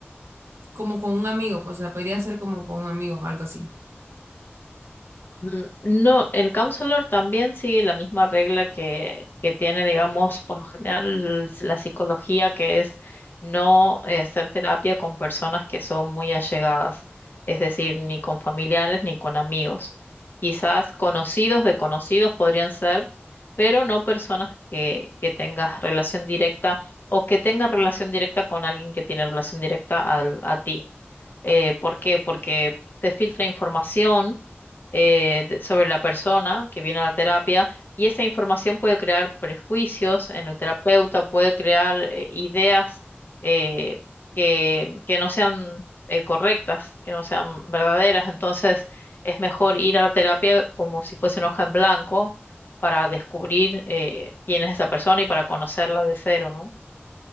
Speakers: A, on the right; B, on the left.
A: como con un amigo, pues o sea, podría ser como con un amigo, algo así.
B: Mm, No, el counselor también sigue la misma regla que, que tiene, digamos, por lo general la psicología, que es no eh, hacer terapia con personas que son muy allegadas, es decir, ni con familiares ni con amigos. Quizás conocidos de conocidos podrían ser, pero no personas que, que tengas relación directa o que tengas relación directa con alguien que tiene relación directa al- a ti. Eh, ¿por qué? Porque se filtra información eh, de- sobre la persona que viene a la terapia y esa información puede crear prejuicios en el terapeuta, puede crear eh, ideas eh, que, que no sean eh, correctas, que no sean verdaderas. Entonces es mejor ir a la terapia como si fuese una hoja en blanco para descubrir eh, quién es esa persona y para conocerla de cero, ¿no?